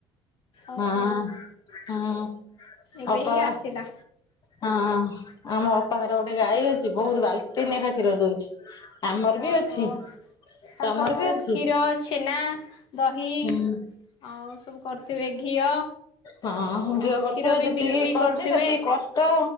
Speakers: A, on the left; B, on the left.
A: ଓହୋ
B: ହଁ ହଁ
A: ଏବେ
B: ଅପା
A: ହିଁ ଆସିଲା।
B: ହଁ ଆମ ଅପା ଘରେ ଗୋଟେ ଗାଈ ଅଛି ବହୁତ୍ ବାଲଟେ ନେଖା କ୍ଷୀର ଦଉଚି। ଆମର ବି
A: ଓହୋ
B: ଅଛି
A: ତାଙ୍କର
B: ତମର ବି ଅଛି।
A: କ୍ଷୀର ଛେନା ଦହି
B: ହୁଁ।
A: ଆଉ ସବୁ କରୁଥିବେ ଘିଅ।
B: ହଁ
A: ଆଉ
B: ଘିଅ କରିଥିବେ
A: କ୍ଷୀର ବି
B: ଯେତିକି
A: ବିକ୍ରି
B: କରିଛି
A: କରୁଥିବେ।
B: ସେତିକି କଷ୍ଟ।